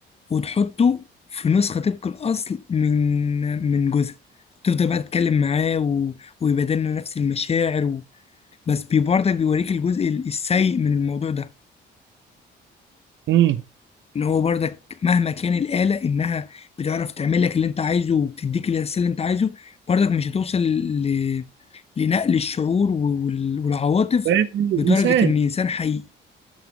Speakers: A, on the left; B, on the right.
A: وتحطه في نسخة طبق الأصل من من جوزها تفضل بقى تتكلم معاه و... ويبادلنا نفس المشاعر و... بس بي- برضك بيوريك الجزء السيء من الموضوع ده
B: امم
A: اللي هو برضك مهما كان الآلة إنها بتعرف تعمل لك اللي أنت عايزه وبتديك الإحساس اللي أنت عايزه برضك مش هتوصل ل... لنقل الشعور وال... والعواطف
B: فاهم
A: بدرجة
B: الانسان
A: إن إنسان حقيقي